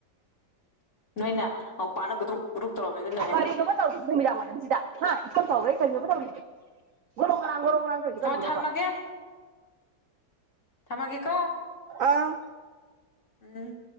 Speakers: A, on the left (about 35°); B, on the right (about 70°).
A: ꯅꯣꯏꯅ ꯅꯥꯎꯄꯥꯅꯥ ꯈꯥꯗꯨ꯭ꯔ ꯄꯨꯔꯨꯞ ꯇꯧꯔꯝꯃꯦ ꯑꯗꯨꯅꯅꯦ
B: ꯀꯔꯤꯅꯣꯕ ꯇꯧꯔꯤꯁꯦ ꯅꯨꯃꯤꯠꯗꯥꯡ ꯋꯥꯏꯔꯝꯁꯤꯗꯥ ꯍꯥ ꯏꯆꯥꯎ ꯆꯥꯑꯣꯒꯩ ꯒꯣꯔꯣꯡ ꯒꯔꯥꯡ ꯒꯣꯔꯣꯡ ꯒꯔꯥꯡ ꯇꯧꯔꯤꯁꯦ ꯀꯔꯤꯒꯤꯅꯣꯕ
A: ꯍꯣꯏ ꯊꯝꯃꯒꯦ ꯊꯝꯃꯥꯒꯦꯀꯣ
B: ꯑꯥ
A: ꯎꯝ